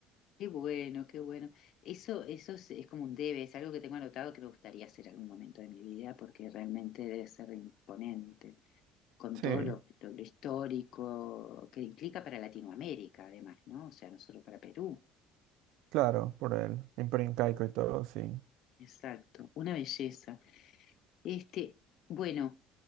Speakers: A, on the left (about 60°); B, on the right (about 70°).
A: Qué bueno, qué bueno. Eso, eso es, es como un debe, es algo que tengo anotado que me gustaría hacer en algún momento de mi vida porque realmente debe ser imponente, con
B: Sí,
A: todo lo, lo- lo histórico que implica para Latinoamérica, además, ¿no? O sea, no solo para Perú.
B: claro, por el Imperio Incaico y todo, sí.
A: Exacto, una belleza. Este, bueno.